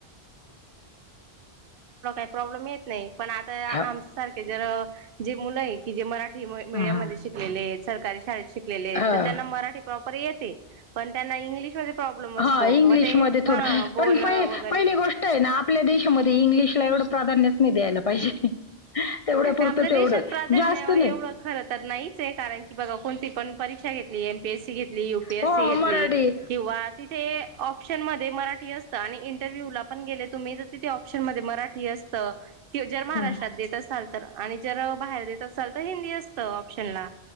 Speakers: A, on the right; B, on the left.
A: प्रॉब्लेम येत नाही. पण आता
B: हा
A: आमच्या सारखे जर जे मुलं आहे की जे मराठी मीडियम
B: हा.
A: मध्ये शिकलेले आहेत सरकारी शाळेत शिकलेले
B: हा
A: तर त्यांना मराठी प्रॉपर येते पण त्यां इंग्लिशमध्ये प्रॉब्लेम असतो
B: हा इंग्लिशमध्ये
A: मग ते हा
B: थोडं
A: बोलणं
B: पण प
A: वगैरे
B: पहिली गोष्ट आहे ना आपल्या देशामध्ये इंग्लिशला एवढं प्राधान्यच नाही द्यायला पाहिजे. तेवढ्या पुरतं
A: आपल्या
B: तेवढं
A: देशात प्राधान्य
B: जास्त नाही
A: एवढं खर तर नाहीच आहे कारण की बघा कोणती पण परिक्षा घेतली एमपीएससी घेतली यूपीएससी
B: हो
A: घेतली.
B: मराठी
A: किंवा ते ऑप्शन मध्ये मराठी असतं आणि इंटरव्ह्यू ला पण गेले तुम्ही तर तिथे ऑप्शन मध्ये मराठी अस जर महाराष्ट्रात
B: हा.
A: देत असाल तर आणि जर बाहेर देत असाल तर हिंदी असतं ऑप्शन ला.